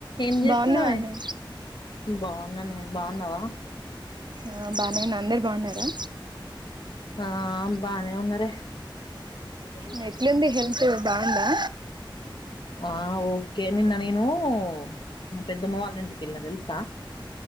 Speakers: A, on the left (about 65°); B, on the right (about 60°).
A: ఏం చేస్తున్నావే.
B: బాగున్నావానే
A: బాగున్నానే బాగున్నవా.
B: ఆ బానేే ఉన్నా. అందరు బాగున్నారా.
A: ఆ అం బానే ఉన్నారే. బ
B: ఎట్లుంది హెల్త్ బాగుందా
A: ఆ ఓకే. నిన్న నేనూ మా పెద్దమ్మ వాళ్ళ ఇంటికెళ్ళిన తెలుసా.